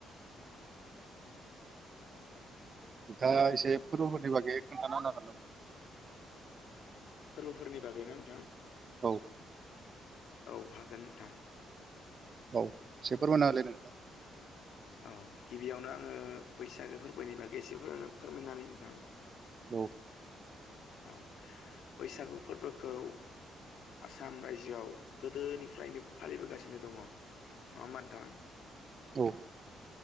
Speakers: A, on the right; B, on the left.
A: दा एसे फोरबोफोरनि बागै खोन्थानो हागोन नामा?
B: फोरबोफोरनि बागैना नोंथां?
A: औ।
B: औ हागोन नोंथां
A: औ एसे फोरमाना होलै नोंथा?
B: औ गिबियावनो आङो बैसागो फोरबोनि बागै एसे फोरमायनानै नोंथां
A: औ।
B: औ बैसागु फोरबोखौ आसाम रायजोआव गोदोनिफ्रायनो फालिबोगासिनो दङ। नङा होनबा नोंथां?
A: औ